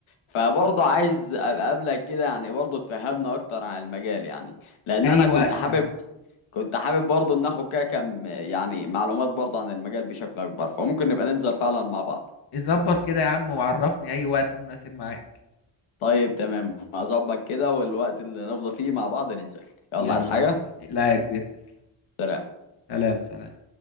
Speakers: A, on the left (about 75°); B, on the left (about 50°).
A: فبرضه عايز ابقى قبلك كده يعني برضه تفهمنا اكتر عن المجال يعني لان
B: اي
A: انا
B: وقت
A: كنت حابب
B: يا عم
A: كنت حابب برضه ناخد كده كم يعني معلومات برضه عن المجال بشكل اكبر فممكن نبقى ننزل فعلا مع بعض
B: ظبط كده يا عم وعرفني اي وقت مناسب معاك
A: طيب تمام هظبط كده والوقت اللي نفضى فيه مع بعض ننزل يلا
B: يلا
A: عايز حاجه
B: ماشي لا يا كبير تسلم
A: سلام
B: سلام سلام